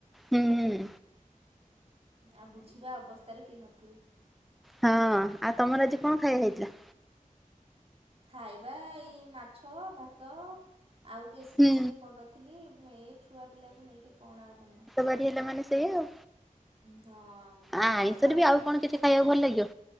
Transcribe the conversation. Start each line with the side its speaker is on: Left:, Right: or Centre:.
Centre: ହୁଁ ହ
Right: ଆଉ ବୁଝିବା ଅବସ୍ଥାରେ କିଏ ନଥିବେ।
Centre: ହଁ ଆଉ ତମର ଆଜି କଣ ଖାଇବା ହେଇଥିଲା?
Right: ଖାଇବା ଏଇ, ମାଛ, ଭାତ, ଆଉ ବେଶୀ
Centre: ହୁଁ।
Right: କିଛି କରିନଥିଲି ଏ ଛୁଆ ପିଲାକୁ ନେଇକି କଣ ଆଉ ବନେଇବ
Centre: ବାର ହେଲା ମାନେ ସେଇ ଆଉ
Right: ହଁ ମୋ
Centre: ଆ ଆଇଁଷରେ
Right: ସ୍ଵାମୀ
Centre: ବି ଆଉ କଣ କିଛି
Right: ଏତେ
Centre: ଖାଇବାକୁ ଭଲ ଲାଗିବ?